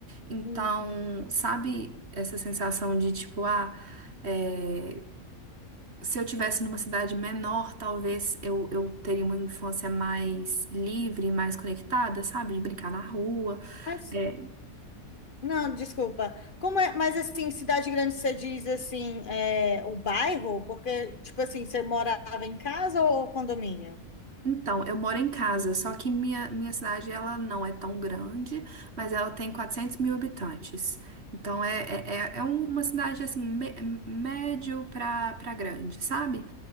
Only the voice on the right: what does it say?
Então,
sabe essa sensação de, tipo, ah. é, se eu tivesse numa cidade menor, talvez eu, eu teria uma infância mais livre, mais conectada, sabe? De brincar na rua.
É.
Então, eu moro em casa, só que minha, minha cidade, ela não é tão grande, mas ela tem 400 mil habitantes. Então, é, é, é é um, uma cidade, assim, mé- médio pra, pra grande, sabe?